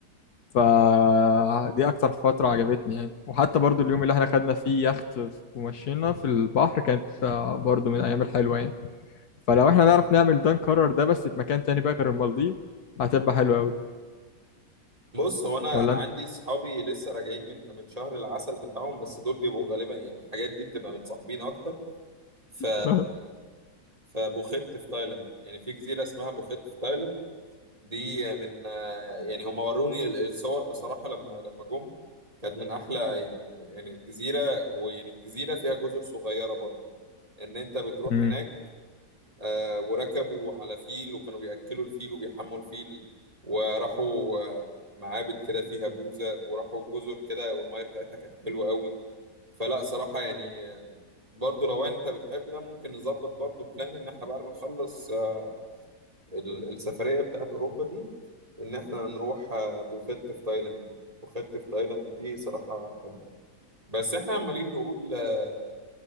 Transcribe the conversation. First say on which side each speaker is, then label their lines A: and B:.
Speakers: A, on the left; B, on the right.
A: فدي اكتر فتره عجبتني يعني وحتى برضو اليوم اللي احنا خدنا فيه يخت ومشينا في البحر كانت آه، برضو من الايام الحلوه يعني فلو احنا نعرف نعمل ده نكرر ده بس في مكان تاني بقى غير المالديف هتبقى حلوه قوي
B: بص هو انا
A: ولا
B: انا
A: انت
B: عندي صحابي لسه راجعين من من شهر العسل بتاعهم بس دول بيبقوا غالبا يعني الحاجات دي بتبقى متصاحبين اكتر ف
A: <laughs>
B: فبوخت في تايلاند يعني في جزيرة اسمها بوخت في تايلاند دي من آه، يعني هم وروني ال- الصور بصراحة لما لما جم كانت من أحلى يعني من يعني الجزيرة ويعني الجزيرة فيها جزر صغيرة برضو إن أنت بتروح
A: مم.
B: هناك آه، وركبوا على فيل وكانوا بيأكلوا الفيل وبيحموا الفيل وراحوا آه، معابد كده فيها بوزة وراحوا جزر كده والمية بتاعتها كانت حلوة قوي فلا صراحة يعني آه، برضو لو أنت بتحب ده ممكن نظبط برضو بلان إن إحنا بعد ما نخلص آه، ال- السفرية بتاعت أوروبا دي ان احنا نروح آه، بوخت في تايلاند دي بوخت في تايلاند دي صراحة حلوة بس احنا عمالين نقول آه،